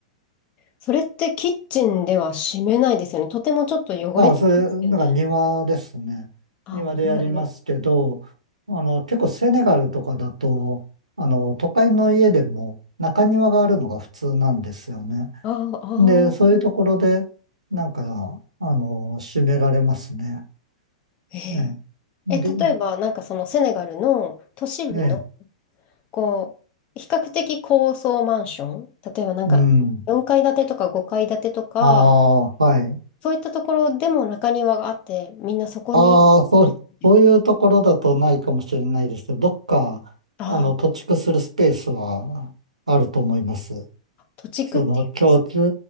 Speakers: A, on the left; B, on the right.
A: それってキッチンでは締めないですよね。とてもちょっと汚れてきますよね。
B: ああ、それ、だから庭ですね。
A: あ、
B: 庭でやりますけど、
A: お庭で。
B: あの、結構セネガルとかだと、あの、都会の家でも中庭があるのが普通なんですよね。
A: ああ、あー、
B: で、そういうところで、なんか、あの、閉められますね。
A: へえ。
B: ええ。
A: え、例えば、
B: で、
A: なんかそのセネガルの都市部の
B: ええ、
A: こう、比較的高層マンション、例えばなんか4階建てとか5階建てとか、
B: うん。ああ、はい。
A: そういったところでも中庭があって、みんなそこにいるって。
B: ああ、そう、そういうところだとないかもしれないですけど、どっか、
A: ああ、
B: あの、土地区するスペースはあると思います。
A: 土地区ってい
B: その共通、う